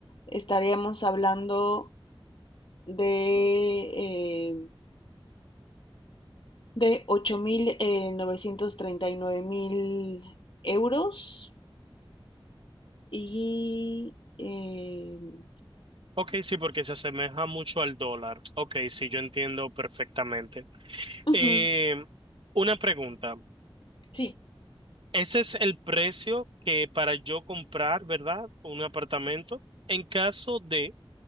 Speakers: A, on the left (about 60°); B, on the right (about 65°).
A: estaríamos hablando de, eh, de 8.939.000 euros y... eh,
B: Ok, sí, porque se asemeja mucho al dólar. Ok, sí, yo entiendo perfectamente.
A: ujú,
B: Eh, una pregunta.
A: sí,
B: Ese es el precio que para yo comprar, ¿verdad? Un apartamento. En caso de,